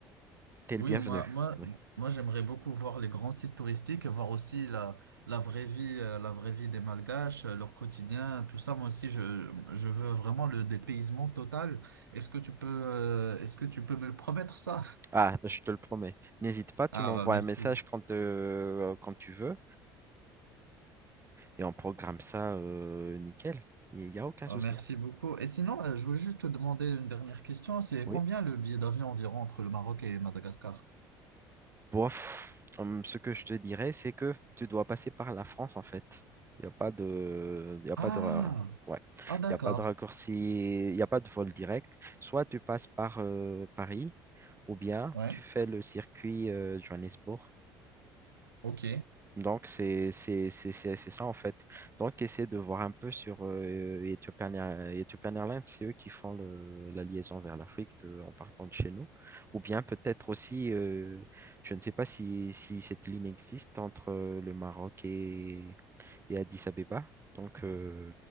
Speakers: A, on the right; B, on the right.
A: T'es le
B: Oui,
A: bienvenu.
B: moi, moi,
A: Oui.
B: moi, j'aimerais beaucoup voir les grands sites touristiques et voir aussi la, la vraie vie, euh, la vraie vie des Malgaches, euh, leur quotidien, tout ça. Moi aussi, je, je veux vraiment le dépaysement total. Est-ce que tu peux, euh, est-ce que tu peux me le promettre ça? <laughs>
A: Ah, je te le promets. N'hésite pas, tu
B: Ah,
A: m'envoies
B: bah, merci.
A: un message quand, euh, quand tu veux et on programme ça euh, nickel. Il n'y a aucun
B: Oh,
A: souci.
B: Merci beaucoup. Et sinon, euh, je veux juste te demander une dernière question. C'est
A: Oui.
B: combien le billet d'avion environ entre le Maroc et Madagascar?
A: Bof, hum, ce que je te dirais, c'est que tu dois passer par la France, en fait. Il n'y a pas de, il y a
B: Ah,
A: pas de, ra- ouais.
B: ah Ouais. d'accord.
A: Il y a pas de raccourci, il n'y a pas de vol direct. Soit tu passes par euh, Paris, ou bien
B: Ouais,
A: tu fais le circuit euh, Johannesburg.
B: ok,
A: Donc, c'est c'est- c'est- c'est- c'est ça en fait. Donc, essaie de voir un peu sur euh, Ethiopian, Air- Ethiopian Airlines, c'est eux qui font le- la liaison vers l'Afrique de- en partant de chez nous. Ou bien peut-être aussi, euh, je ne sais pas si, si cette ligne existe entre euh, le Maroc et, et Addis Abeba. Donc, euh,